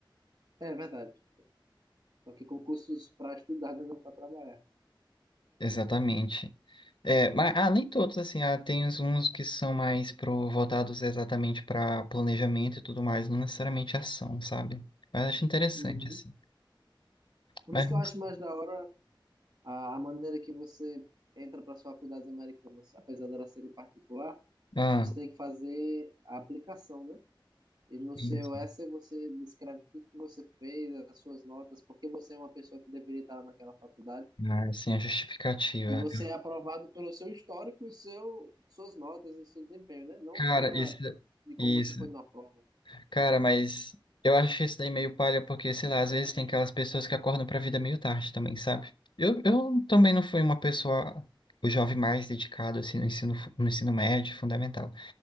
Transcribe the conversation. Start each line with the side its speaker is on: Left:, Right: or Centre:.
Right: É verdade. Só que concursos para estudar, né, não para trabalhar.
Left: Exatamente. É, mas, ah, nem todos, assim, ah, tem uns uns que são mais pro, voltados exatamente para planejamento e tudo mais, não necessariamente ação, sabe? Mas acho interessante,
Right: Uhum.
Left: assim.
Right: Por
Left: Mas,
Right: isso que eu acho mais da hora a, a maneira que você entra para as faculdades americanas, apesar de elas serem particular,
Left: ah,
Right: você tem que fazer a aplicação, né? E no
Left: isso,
Right: seu essay você descreve tudo que você fez, as suas notas, porque você é uma pessoa que deveria estar naquela faculdade,
Left: ah, assim, a justificativa.
Right: e você é aprovado pelo seu histórico e seu, suas notas e seu desempenho, né? Não
Left: Cara,
Right: pela
Left: isso,
Right: de como
Left: isso.
Right: você foi numa prova.
Left: Cara, mas eu acho isso daí meio palha, porque, sei lá, às vezes tem aquelas pessoas que acordam pra vida meio tarde também, sabe? Eu, eu também não fui uma pessoa, o jovem mais dedicado, assim, no ensino, fu- no ensino médio, fundamental.